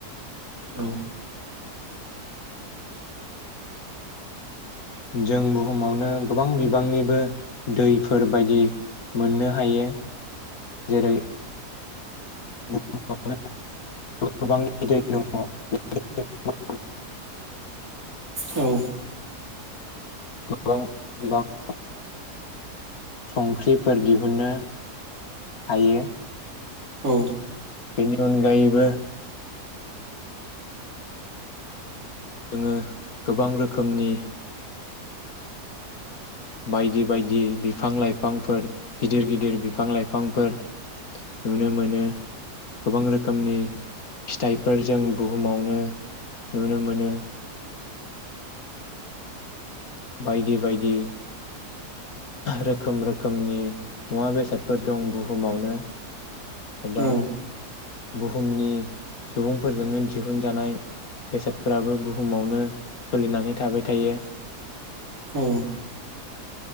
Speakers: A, on the right (about 60°); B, on the left (about 65°).
A: औ
B: जों बुहुमावनो गोबां बिबांनिबो दैफोरबायदि मोननो हायो जेरै बुहुमावनो <unintelligible>
A: औ
B: गोबां बिबांआव संख्रिफोर दिहुननो हायो
A: औ
B: बेनि अनगायैबो जोङो गोबां रोखोमनि बायदि - बायदि बिफां - लाइफांफोर गिदिर - गिदिर बिफां - लाइफांफोर नुनो मोनो गोबां रोखोमनि फिथाइफोर जों बुहुमावनो नुनो मोनो बायदि - बायदि रोखोम - रोखोमनि मुवा बेसादफोर दं बुहुमावनो एबा
A: औ
B: बुहुमनि सुबुंफोरजोंनो दिहुनजानाय बेसादफोराबो बुहुमावनो सोलिनानै थाबाय थायो
A: ओ